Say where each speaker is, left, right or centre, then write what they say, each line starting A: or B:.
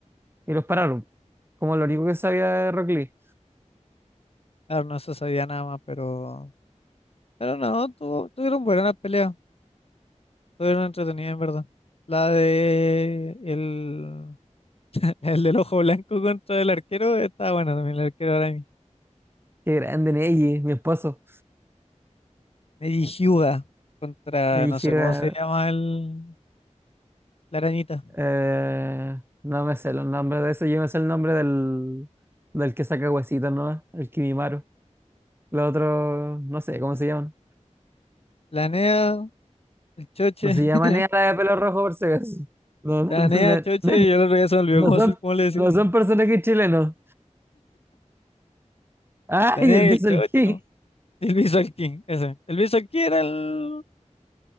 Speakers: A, on the right; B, on the left.
A: y los pararon. Como lo único que sabía de Rock Lee.
B: Claro, no se sabía nada más, pero... Pero no, tuvo- tuvieron buenas peleas. Tuvieron entretenidas, en verdad. La de... El, <laughs> el del ojo blanco contra el arquero está buena también, el arquero araña.
A: Qué grande Neji, mi esposo.
B: Neji Hyuga contra,
A: Me
B: no
A: dije,
B: sé cómo se llama el, la arañita.
A: eh, no me sé los nombres de eso, yo me sé el nombre del, del que saca huesitos, ¿no? El Kimimaro. Los otros, no sé, ¿cómo se llaman?
B: La NEA, el choche.
A: No se llaman
B: <laughs>
A: ni a la de pelo rojo por si acaso. No, <laughs> no,
B: La NEA,
A: no,
B: choche,
A: no,
B: yo el otro día se me olvidó
A: no
B: cómo,
A: son,
B: se- cómo le decía.
A: no son personajes chilenos. ¡Ay,
B: La NEA
A: el
B: y el
A: Diesel
B: choche,
A: King!
B: ¿no? El Visual Key, ese. El Visual Key era el,